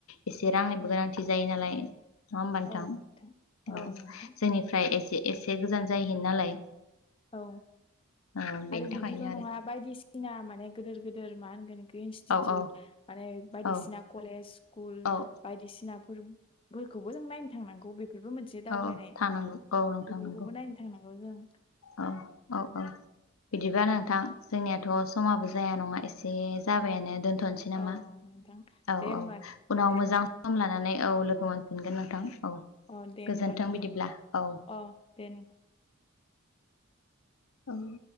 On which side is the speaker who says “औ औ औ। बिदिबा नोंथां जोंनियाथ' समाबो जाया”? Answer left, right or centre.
Left